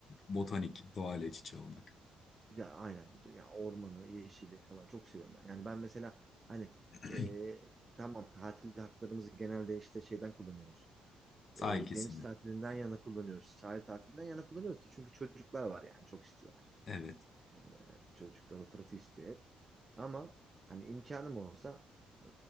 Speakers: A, on the left; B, on the right.
A: botanik doğayla iç içe olmak.
B: Ya aynen ya ormanı, yeşili falan çok seviyorum ben. Yani ben mesela hani
A: <clears throat>
B: e, tamam tatil haklarımızı genelde işte şeyden kullanıyoruz.
A: Sahil
B: E,
A: kesimi.
B: deniz tatilinden yana kullanıyoruz. Sahil tatilinden yana kullanıyoruz da çünkü çocuklar var yani çok istiyorlar.
A: Evet.
B: E, çocuklar o tarafı istiyor hep. Ama hani imkanım olsa e,